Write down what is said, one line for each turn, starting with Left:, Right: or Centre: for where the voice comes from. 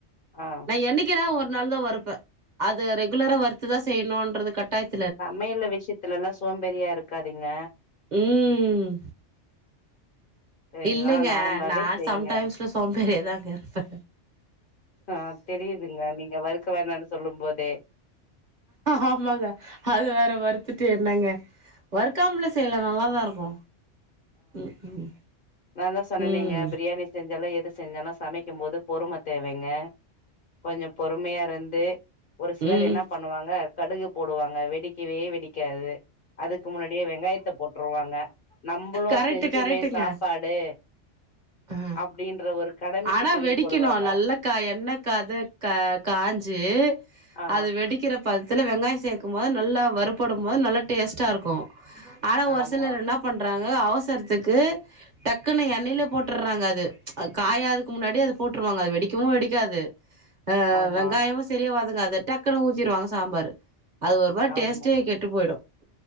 Left: ஆ
Right: என்னைக்குதா ஒரு நாள்தா வருப்பே அது ரெகுலரா வறுத்துதா செய்ணுன்றது கட்டாயத்
Left: சமையலு விஷயத்துலல்லா சோம்பேரியா இருக்காதீங்க
Right: ம்
Left: சரிங்களா
Right: இல்லைங்க
Left: நார்மலாவே
Right: நா
Left: செய்ங்க
Right: சம்டைம்ஸ்ல சோம்பேரியாதாங்க இருப்பே
Left: ஆ தெரியுதுங்க நீங்க வறுக்க வேணானு சொல்லும்போதே
Right: ஆமாங்க அது வேற வறுத்துட்டு என்னங்க வறுக்காம்லே செய்யலா நல்லாதா இருக்கு ம் ம்
Left: நாந்தா சொன்னனேங்க
Right: ம்
Left: பிரியாணி செஞ்சாலு எது செஞ்சாலு சமைக்கும்போது பொறும தேவைங்க கொஞ்சோ பொறுமையாருந்து ஒரு சிலர்
Right: ம்
Left: என்ன பண்ணுவாங்க கடுகு போடுவாங்க வெடிக்கவே வெடிக்காது அதுக்கு முன்னாடியே வெங்காயத்த போட்ருவாங்க நம்பளு
Right: கரெக்ட்டு
Left: செஞ்சுமே
Right: கரெக்ட்டுங்க.
Left: சாப்பாடு
Right: ஆ
Left: அப்டின்ற ஒரு கடமைக்கு
Right: ஆனா
Left: செஞ்சு
Right: வெடிக்குணு
Left: போடுவாங்க
Right: நல்லக்க என்னக்கத க காஞ்சு
Left: ஆ
Right: அது வெடிக்கிற பத துல வெங்காயோ சேக்குமோது நல்லா வறுப்படுபோது நல்லா டேஸ்ட்டா இருக்கு ஆனா ஒரு
Left: ஆமா
Right: சிலர் என்னாப் பண்றாங்க அவசரத்துக்கு டக்குனு எண்ணைலே போட்டுற்றாங்க அது காயாதுக்கு முன்னாடியே அது போட்ருவாங்க அது வெடிக்கவு வெடிக்காது அ
Left: ஆமா
Right: வெங்காயமு செரியா வதங்காது டக்குனு ஊத்திருவாங்க சாம்பாரு அது ஒரு மாரி
Left: ஆமா
Right: டேஸ்டே கெட்டு போயிடும்